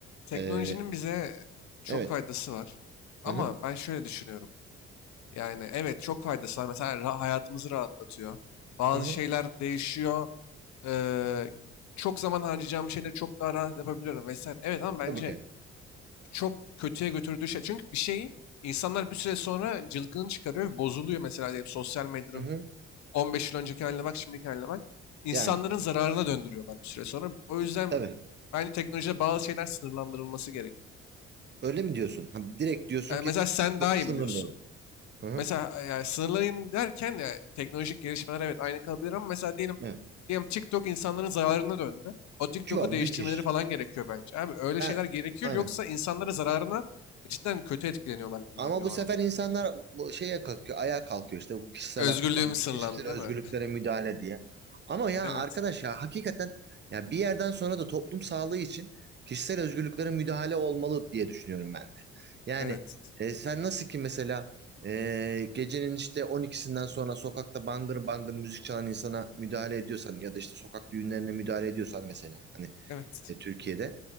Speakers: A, on the left (about 55°); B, on the right (about 30°).
A: Teknolojinin
B: Ee,
A: bize çok
B: evet.
A: faydası var. Ama
B: Hı hı.
A: ben şöyle düşünüyorum. Yani evet çok faydası var. Mesela ra- hayatımızı rahatlatıyor. Bazı
B: Hı hı.
A: şeyler değişiyor. Eee, çok zaman harcayacağım şeyleri çok daha rahat yapabiliyorum vesaire. Evet ama bence
B: Tabii ki.
A: çok kötüye götürdüğü şey. Çünkü bir şeyi insanlar bir süre sonra cılkını çıkarıyor ve bozuluyor. Mesela diyelim sosyal medyanın
B: Hı hı.
A: 15 yıl önceki haline bak, şimdiki haline bak. İnsanların
B: Yani
A: zararına döndürüyorlar bir süre sonra. O yüzden
B: tabii.
A: bence teknolojide bazı şeyler sınırlandırılması gerekiyor.
B: Öyle mi diyorsun? Ha, direkt diyorsun
A: E,
B: ki
A: mesela sen
B: sı-
A: daha iyi
B: sınırlayalım.
A: biliyorsun.
B: Hı hı.
A: Mesela e, yani sınırlayayım derken ya teknolojik gelişmeler evet aynı kalabilir ama mesela diyelim
B: Evet.
A: diyelim TikTok insanların zararına döndü. O TikTok'u
B: Şu an
A: değiştirmeleri
B: müthiş.
A: falan gerekiyor bence. Abi öyle
B: Ben
A: şeyler gerekiyor
B: aynen.
A: yoksa insanlara zararına cidden kötü etkileniyorlar gibi
B: Ama
A: geliyor
B: bu
A: bana.
B: sefer insanlar bu şeye kalkıyor, ayağa kalkıyor işte bu kişisel
A: Özgürlüğümüz
B: haklara,
A: sınırlandı
B: kişisel
A: değil
B: özgürlüklere
A: mi? <laughs>
B: müdahale diye. Ama ya
A: Evet.
B: arkadaş ya hakikaten ya bir yerden sonra da toplum sağlığı için kişisel özgürlüklere müdahale olmalı diye düşünüyorum ben de. Yani
A: Evet.
B: e, sen nasıl ki mesela e, gecenin işte 12'sinden sonra sokakta bangır bangır müzik çalan insana müdahale ediyorsan ya da işte sokak düğünlerine müdahale ediyorsan mesela hani
A: Evet.
B: e, Türkiye'de.